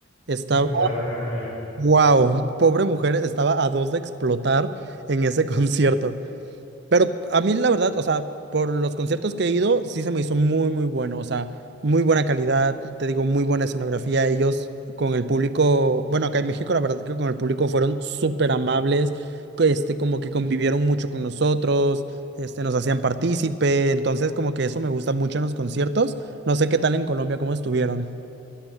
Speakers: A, on the right; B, on the left.
A: estaba.
B: claro, me imagino.
A: ¡Wow! Pobre mujer, estaba a dos de explotar en ese <laughs> concierto. Pero a mí la verdad, o sea, por los conciertos que he ido, sí se me hizo muy, muy bueno, o sea, muy buena calidad, te digo, muy buena escenografía. Ellos con el público, bueno, acá en México la verdad que con el público fueron súper amables, que, este, como que convivieron mucho con nosotros, este, nos hacían partícipe, entonces como que eso me gusta mucho en los conciertos. No sé qué tal en Colombia, cómo estuvieron.